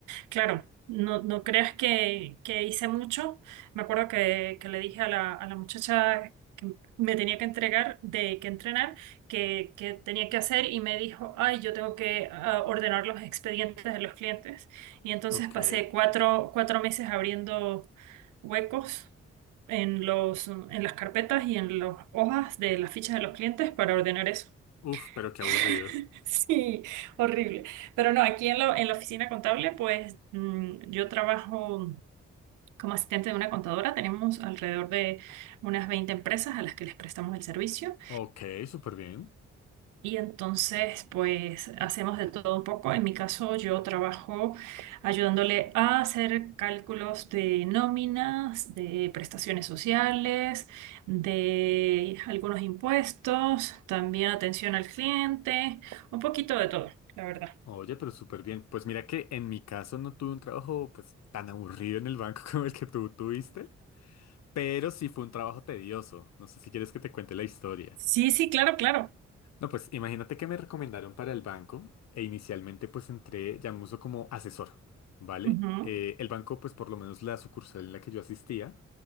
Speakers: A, on the right; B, on the left.
A: Claro, no, no creas que, que hice mucho. Me acuerdo que, que le dije a la, a la muchacha que me tenía que entregar, de que entrenar, que, que tenía que hacer y me dijo, ay, yo tengo que ah, ordenar los expedientes de los clientes. Y entonces
B: Ok.
A: pasé cuatro, cuatro meses abriendo huecos en los, en las carpetas y en las hojas de las fichas de los clientes para ordenar eso.
B: Uf, pero qué
A: <laughs>
B: aburrido.
A: Sí, horrible. Pero no, aquí en, lo en la oficina contable, pues mm, yo trabajo como asistente de una contadora. Tenemos alrededor de unas 20 empresas a las que les prestamos el servicio.
B: Ok, súper bien.
A: Y entonces, pues hacemos de todo un poco. En mi caso, yo trabajo ayudándole a hacer cálculos de nóminas, de prestaciones sociales, de algunos impuestos, también atención al cliente, un poquito de todo, la verdad.
B: Oye, pero súper bien. Pues mira que en mi caso no tuve un trabajo pues tan aburrido en el banco <laughs> como el que tú tuviste, pero sí fue un trabajo tedioso. No sé si quieres que te cuente la historia.
A: Sí, sí, claro, claro.
B: No, pues imagínate que me recomendaron para el banco e inicialmente pues entré, llamémoslo como asesor, ¿vale?
A: Ujú,
B: Eh, el banco pues por lo menos la sucursal en la que yo asistía,